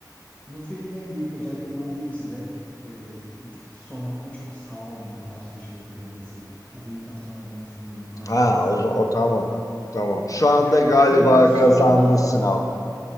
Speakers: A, on the left; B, on the left.
A: Bu filmin en büyük özelliklerinden birisi de e, sonunda çok sağlam bir ters köşe yapıyor olması yani. İzledikten sonra ne demek istediğimi anlayacaksın.
B: Ha o, za- o tamam. Tamam. Şu anda
A: Yani
B: galiba
A: filmin sonunda
B: kazandı sınav.